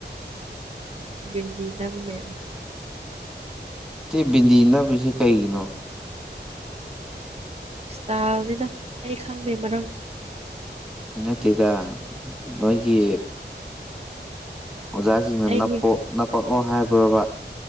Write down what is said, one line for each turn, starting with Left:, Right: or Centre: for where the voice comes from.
Right: ꯎꯝ ꯟꯗꯤ ꯂꯝꯃꯦ
Centre: ꯕꯤꯗꯤꯅ ꯄꯁ ꯀꯩꯒꯤꯅꯣ
Right: ꯏꯁꯇꯥꯥꯏꯜꯅꯤꯗ ꯑꯩ ꯈꯪꯗꯦ ꯃꯔꯝ
Centre: ꯅꯠꯇꯦꯗ ꯅꯣꯏꯒꯤ ꯑꯣꯖꯥꯁꯤꯡꯅ
Right: ꯑꯩꯒꯤ
Centre: ꯅꯞꯄ ꯅꯄꯛꯂꯣ ꯍꯥꯏꯕꯔꯕ